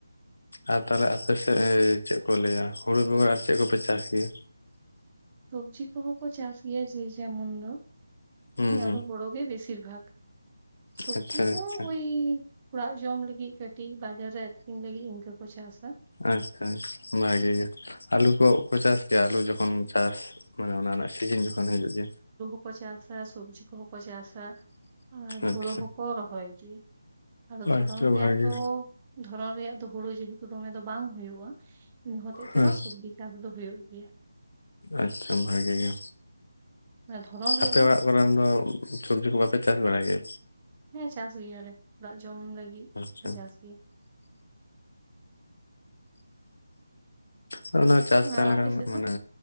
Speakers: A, on the left; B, on the right.
A: ᱟᱨ ᱛᱟᱦᱚᱞᱮ ᱟᱯᱮ ᱥᱮᱫ ᱪᱮᱫ ᱠᱚ ᱞᱟᱹᱭᱟ ᱦᱩᱲᱩ ᱵᱮᱜᱚᱨ ᱟᱨ ᱪᱮᱫ ᱠᱚᱯᱮ ᱪᱟᱥ ᱜᱮᱭᱟ᱾
B: ᱥᱚᱵᱽᱡᱤ ᱠᱚᱦᱚᱸ ᱠᱚ ᱪᱟᱥ ᱜᱮᱭᱟ ᱡᱮ ᱡᱮᱢᱚᱱ ᱫᱚ
A: ᱦᱩᱸ ᱦᱩᱸ
B: ᱟᱫᱚ ᱦᱳᱲᱳ ᱜᱮ ᱵᱮᱥᱤᱼᱼ ᱵᱮᱥᱤᱨ ᱵᱷᱟᱜᱽ ᱥᱚᱵᱡᱤ
A: ᱟᱪᱪᱷᱟ
B: ᱠᱚ
A: ᱟᱪᱪᱷᱟ
B: ᱳᱭᱼᱼ ᱚᱲᱟᱜ ᱡᱚᱢ ᱞᱟᱹᱜᱤᱫ ᱠᱟᱴᱤᱡ ᱵᱟᱡᱟᱨ ᱨᱮ ᱟᱠᱷᱨᱤᱧ ᱞᱟᱹᱜᱤᱫ ᱤᱱᱠᱟᱹ ᱠᱚ ᱪᱟᱥᱟ᱾
A: ᱟᱪᱪᱷᱟ ᱟᱪᱪᱷᱟ ᱚᱱᱟᱜᱮ ᱟᱞᱩ ᱠᱚᱠᱚ ᱪᱟᱥ ᱜᱮᱭᱟ ᱟᱞᱩ ᱡᱚᱠᱷᱚᱱ ᱪᱟᱥ ᱢᱟᱱᱮ ᱚᱱᱟ ᱨᱮᱱᱟᱜ ᱥᱤᱡᱤᱱ ᱡᱚᱠᱷᱚᱱ ᱦᱤᱡᱩᱜ ᱜᱮ᱾
B: ᱠᱚ ᱪᱟᱥᱟ ᱥᱚᱵᱽᱡᱤ ᱠᱚᱦᱚ ᱠᱚ ᱪᱟᱥᱟ᱾ ᱟᱨ
A: ᱟᱪᱪᱷᱟ
B: ᱦᱳᱲᱳ ᱦᱚᱸᱠᱚ ᱨᱚᱦᱚᱭ ᱜᱮᱭᱟ᱾ ᱟᱫᱚ ᱫᱷᱚᱨᱚᱱ
A: ᱟᱪᱪᱷᱟ
B: ᱨᱮᱭᱟᱜ
A: ᱵᱷᱟᱜᱮ
B: ᱫᱚ ᱫᱷᱚᱨᱚᱱ ᱨᱮᱭᱟᱜ ᱫᱚ ᱦᱳᱲᱳ ᱡᱮᱦᱮᱛᱩ ᱫᱚᱢᱮ ᱫᱚ ᱵᱟᱝ ᱦᱩᱭᱩᱜ-ᱟ, ᱤᱱᱟᱹ ᱦᱚᱛᱮᱡ ᱛᱮ
A: ᱦᱮᱸ
B: ᱱᱚ ᱥᱚᱵᱽᱡᱤ ᱪᱟᱥ ᱫᱚ ᱦᱩᱭᱩᱜ ᱜᱮᱭᱟ᱾
A: ᱟᱪᱪᱷᱟ ᱵᱷᱟᱜᱮ ᱜᱮ᱾
B: ᱢᱟᱱᱮ ᱫᱷᱚᱨᱚᱱ ᱨᱮᱭᱟᱜ
A: ᱟᱯᱮ
B: ᱜᱮ
A: ᱚᱲᱟᱜ ᱠᱚᱨᱮᱱ ᱫᱚ ᱥᱚᱵᱽᱡᱤ ᱠᱚ ᱵᱟᱯᱮ ᱪᱟᱥ ᱵᱟᱲᱟᱭ ᱜᱮᱭᱟ?
B: ᱦᱮᱸ ᱪᱟᱥ ᱜᱮᱭᱟᱞᱮ ᱚᱲᱟᱜ ᱡᱚᱢ ᱞᱟᱹᱜᱤᱫ᱾
A: ᱟᱪᱪᱷᱟ
B: ᱞᱮ ᱪᱟᱥ ᱜᱮᱭᱟ
A: ᱦᱚᱸ ᱚᱱᱟ ᱪᱟᱥ ᱛᱟᱦᱮᱸ
B: ᱟᱨ
A: ᱞᱮᱱᱠᱷᱟᱱ
B: ᱟᱯᱮ ᱥᱮᱫ
A: ᱢᱟᱱᱮ
B: ᱫᱚ